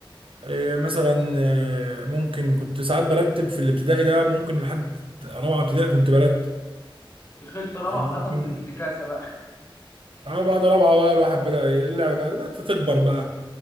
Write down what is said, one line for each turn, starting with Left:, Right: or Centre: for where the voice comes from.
Right: آه، مثلا آه، ممكن كنت ساعات برتب في الابتدائي ده ممكن لحد رابعة ابتدائي كنت برتب
Left: دخلت رابعه
Right: ممكن
Left: حصلت الانتكاسه بقى
Right: اه بعد رابعه بقى الواحد بدأ ي- اللعبه بقى بدأت تكبر بقى